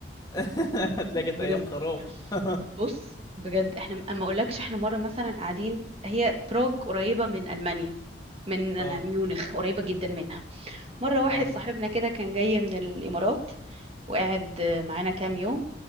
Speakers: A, on the left; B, on the right.
A: <laughs> هتلاقي كانت
B: بجد
A: ايام خراب <laughs>
B: بص بجد احنا اما اقولكش احنا مره مثلا قاعدين هي بروج قريبه من المانيا من أنا
A: اه
B: ميونخ قريبه جدا منها مره واحد
A: اه
B: صاحبنا كده كان جاي من الامارات وقاعد معانا كام يوم